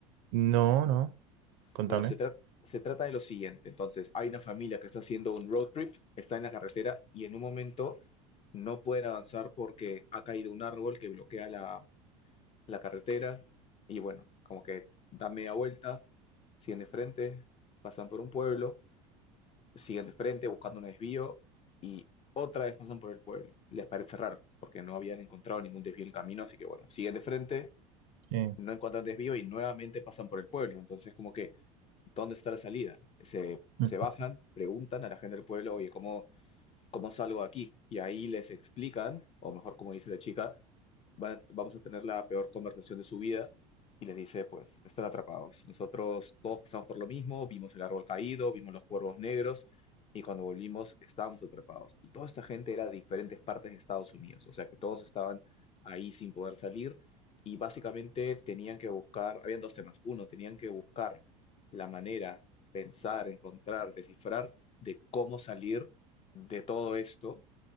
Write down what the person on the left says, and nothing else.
Bueno, se trata, se trata de lo siguiente. Entonces, hay una familia que está haciendo un road trip, está en la carretera y en un momento no pueden avanzar porque ha caído un árbol que bloquea la, la carretera y bueno, como que da media vuelta, siguen de frente, pasan por un pueblo siguen de frente buscando un desvío y otra vez pasan por el pueblo. Les parece raro, porque no habían encontrado ningún desvío en el camino, así que bueno, siguen de frente,
no encuentran desvío y nuevamente pasan por el pueblo. Entonces, como que, ¿dónde está la salida? Se,
se bajan, preguntan a la gente del pueblo, oye, ¿cómo, ¿cómo salgo de aquí? Y ahí les explican, o mejor como dice la chica, van a- vamos a tener la peor conversación de su vida y les dice, pues, están atrapados. Nosotros todos pasamos por lo mismo, vimos el árbol caído, vimos los cuervos negros y cuando volvimos estábamos atrapados. Y toda esta gente era de diferentes partes de Estados Unidos, o sea que todos estaban ahí sin poder salir y básicamente tenían que buscar, habían dos temas. Uno, tenían que buscar la manera, pensar, encontrar, descifrar de cómo salir de todo esto